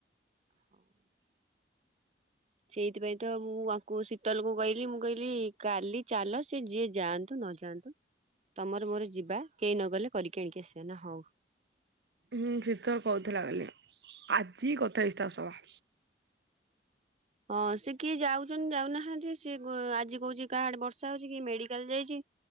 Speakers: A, on the right; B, on the right.
A: ହଉ। ସେଇଥିପାଇଁ ତ ମୁଁ ତାଙ୍କୁ ଶୀତଲକୁ କହିଲି ମୁଁ କହିଲି କାଲି ଚାଲ ସେ ଯିଏ ଯାଆନ୍ତୁ ନ ଯା <unintelligible> ତମର ମୋର ଯିବା କେହି ନ ଗଲେ କରିକି ଆଣିକି ଆସିବା ନା ହଁ।
B: ହୁଁ ଶୀତଲ କହୁଥିଲା କଲି ଆଜି କଥା ହେଇଚି ତା ସହ।
A: ହଁ ସ କିଏ ଯାଉଛନ୍ତି ଯାଉନାହାନ୍ତି ସିଏ ଆଜି କହୁଛି କାହାଡେ ବର୍ଷା ହଉଛି କି ମେଡିକାଲ ଯାଇଚି।